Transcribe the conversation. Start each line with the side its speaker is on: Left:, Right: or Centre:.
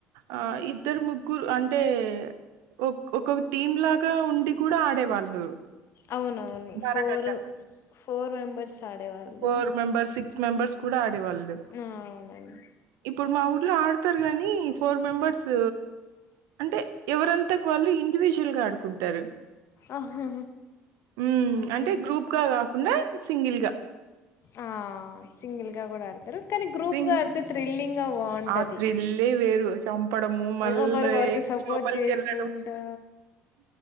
Right: ఆ ఇద్దరు ముగ్గురు అంటే ఒక్ ఒక్క టీం లాగా ఉండి కూడా ఆడేవాళ్ళు
Left: అవునవును
Right: బరకట్ట
Left: ఫోర్ ఫోర్ మెంబర్స్ ఆడేవాళ్ళు
Right: ఫోర్ మెంబర్స్ సిక్స్ మెంబర్స్ కూడా ఆడేవాళ్ళు
Left: ఆ అవునండి
Right: ఇప్పుడు మా ఊర్లో ఆడతారు గాని ఫోర్ మెంబర్స్ అంటే ఎవరంతా వాళ్ళు ఇండివిజువల్ గా ఆడుకుంటారు
Left: ఆహా
Right: మ్
Left: ఓకే
Right: అంటే గ్రూప్ గా కాకుండా సింగిల్గా
Left: ఆ సింగిల్గా కూడా ఆడతారు కానీ గ్రూప్గా
Right: సింగ్
Left: ఆడితే థ్రిల్లింగ్గా బాగుంటది
Right: ఆ థ్రిల్లే వేరు. చంపడము, మళ్ళీ
Left: ఒకరికొరికి సపోర్ట్
Right: లోపలికెళ్ళడం
Left: చేసుకుంటా